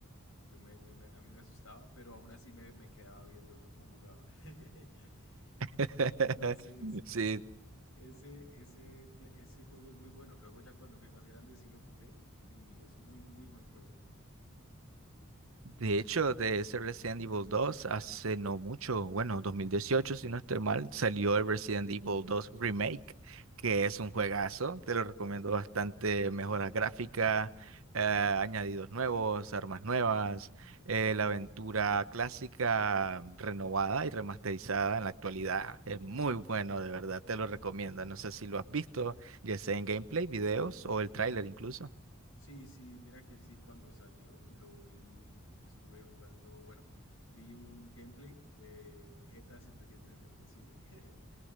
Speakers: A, on the left; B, on the right.
A: Yo me, yo me, a mí me asustaba, pero aún así me, me quedaba viendo cómo jugaba. <laughs>
B: <laughs>
A: Entonces,
B: Sí,
A: ese, ese, pl- ese juego es muy bueno. Luego ya cuando fui más grande sí lo jugué y es muy, muy buen juego.
B: De hecho, de ese Resident Evil 2, hace no mucho, bueno, 2018, si no estoy mal, salió el Resident Evil 2 Remake, que es un juegazo, te lo recomiendo bastante, mejoras gráficas, eh, añadidos nuevos, armas nuevas, eh, la aventura clásica mm, renovada y remasterizada en la actualidad. Es muy bueno, de verdad, te lo recomiendo. No sé si lo has visto, ya sea en gameplay, videos o el tráiler incluso.
A: Sí, sí, mira que sí, cuando salió lo vi, mm, estuve jugando, bueno, vi un gameplay de Vegeta 777, <laughs>